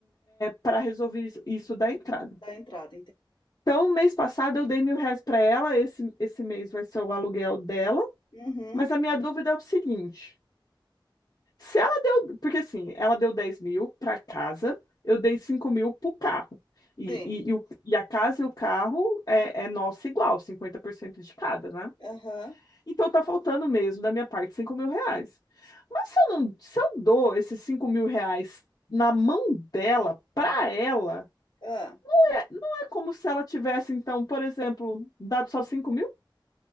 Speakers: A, on the left (about 50°); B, on the left (about 65°).
A: para resolver isso isso da entrada.
B: Da entrada, enten
A: Então, mês passado eu dei mil reais para ela, esse, esse mês vai ser o aluguel dela,
B: Uhum.
A: mas a minha dúvida é o seguinte. Se ela deu, porque assim, ela deu 10 mil para casa, eu dei cinco mil pro carro. E,
B: Sim.
A: e, e, o- e a casa e o carro é, é nossa igual, 50% de cada, né?
B: Aham.
A: Então tá faltando mesmo da minha parte cinco mil reais. Mas se eu não, se eu dou esses cinco mil reais na mão dela, pra ela,
B: ah,
A: é- não é como se ela tivesse, então, por exemplo, dado só cinco mil?